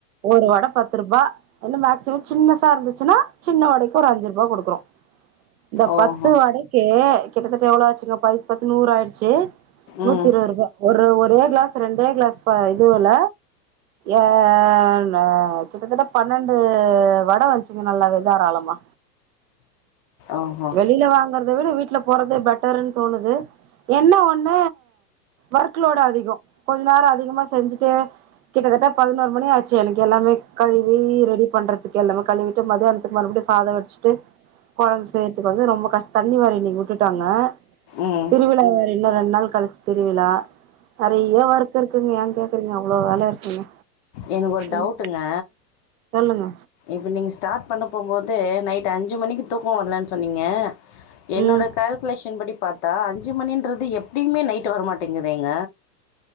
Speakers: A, on the right (about 60°); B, on the left (about 25°).
A: ஒரு வடை பத்து ரூபா் என்ன மேக்சிமம் சின்ன சா இருந்துச்சுன்னா சின்ன வடைக்கு ஒரு அஞ்சு ரா கொடுக்குறோம் இந்த
B: ஓஹோ
A: பத்து வடைக்கு கிட்டத்தட்ட எவ்வளோ ஆச்சுங்க ப முப்பத்து நூறு ஆயிடுச்சு
B: ம்
A: நூத்தி இருபது ரூபாய் ஒரு ஒரே கிளாஸ் ரெண்டே கிளாஸ் இதுல என் கிட்டத்தட்ட பன்னெண்டு வடை வந்ச்சுங்க நல்லாவே தாராளமா
B: ஓஹோ
A: வெளியில வாங்கறதை விட வீட்டு வீல போறதே பெட்டர்ன்னு தோணுது என்ன ஒண்ண ஒர்க்லோடு அதிகம் கொஞ்ச நேரம் அதிகமா செஞ்சுட்டு கிட்டத்தட்ட பதினோரு மணி ஆச்சு எனக்கு எல்லாமே கழுவி ரெடி பண்றதுக்கு எல்லாமே கழுவிட்டு மதியானத்துக்கு மறுபடியும் சாதம்வச்சு ட்டு குழம்பு செய்றதுக்கு வந்து ரொம்ப கஷ்ட தண்ணி வேற இன்னைக்கு விட்டுட்டாங்க
B: ம்
A: திருவிழாவேறன்ன ரெண்டு நாள் கழிச்சு திருவிழா நிறைய ஒர்க் இருக்குங்க ஏன் கேக்குறீங்க அவ்வளோ வேலை இருக்குங்க
B: எனக்கு ஒரு டவுட்டுங்க
A: ம் சொல்லுங்க
B: இப்ப நீங்க ஸ்டார்ட் பண்ண போகும்போது நைட் அஞ்சு மணிக்கு தூக்கம் வரலன் சொன்னீங்க என்னோட
A: ம்
B: கால்குலேஷன் படி பாத்தா அஞ்சு மணின்றது எப்படியுமே நைட்டு் வரமாட்டேங்குதேங்க